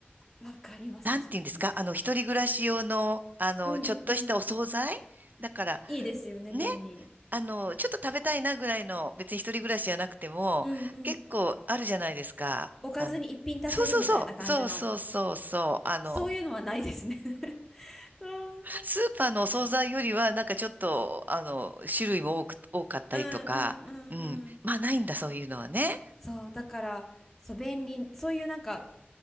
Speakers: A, in the centre; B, on the right (about 45°).
A: わかります、
B: なんていうんですかあの、
A: 確かに。
B: 一人暮らし用の、あの、
A: うんうんうん。
B: ちょっとしたお惣菜だから、
A: いいですよね、
B: ね、
A: 便利。
B: あの、ちょっと食べたいなぐらいの、別に一人暮らしじゃなくても、
A: うんうん。
B: 結構あるじゃないですか。
A: おかずに一品足せるみたいな感じの。
B: あの、そうそうそう、そうそうそうそう、あの、
A: そういうのはないですね <laughs> そう、なんか、
B: スーパーのお惣菜よりは、なんかちょっと、あの、種類も多く、多かったりとか、
A: うんうんうんうん。
B: うん。まあ、ないんだ、そういうのはね。
A: そう、だから、そう、便利、そういうなんか、